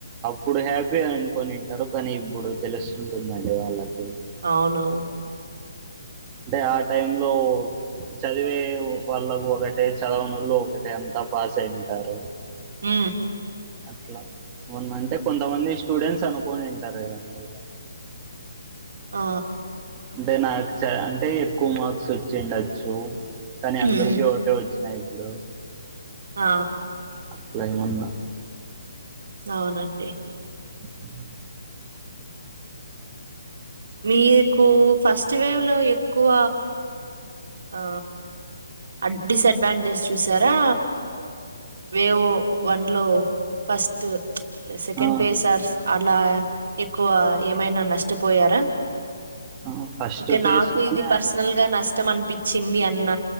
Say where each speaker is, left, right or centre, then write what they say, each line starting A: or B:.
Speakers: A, on the right; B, on the right.
A: ఇప్పుడు హ్యాపీ అనుకునింటారు కానీ ఇప్పుడు తెలుస్తుంటుందండి వాళ్ళకి
B: అవునవును
A: అంటే ఆ టైం లో చదివే వాళ్ళకు ఒకటే చదవనోళ్ళు ఒకటే అంతా పాస్ అయింటారు.
B: హు
A: అట్లా వంద అంటే కొంతమంది స్టూడెంట్స్ అనుకొనింటారు కదండి ఇలా
B: ఆ
A: అంటే నాకు చ అంటే ఎక్కువ మార్క్స్ వచ్చిండచ్చు కానీ
B: ఉమ్
A: అందరికీ ఒకటే వచ్చి నైస్ బ్రో
B: ఆ
A: అట్లేమన్నా
B: అవునం డి
A: <inaudible>
B: మీ కూ ఫస్ట్ వేవ్ లో ఎక్కువ ఆ అ డిసడ్వాన్ టేజ్ చూసారా వేవ్ వన్ లో ఫస్ట్ ప్చ్ సెకండ్
A: ఆ
B: పేస్ ఆర్ అలా ఎక్కువ ఏమైనా నష్ ట పోయారా
A: ఆ ఫస్ట్
B: ఓకే
A: ఫేజ్
B: నాకు
A: లోనే
B: ఇది పర్సనల్ గా నష్టం అన్ చింది అన్న